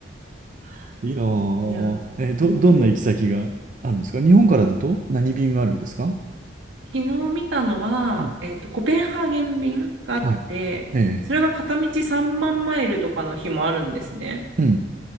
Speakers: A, on the right; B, on the right.
A: <laughs> いいなぁ。
B: いやー、
A: え、ど、
B: そう。
A: どんな行き先があるんですか日本からだと何便があるんですか
B: 昨日見たのは、
A: うん。
B: えっと、コペンハーゲン便があって、
A: はい。ええ。
B: それが片道3万マイルとかの日もあるんですね。
A: うん。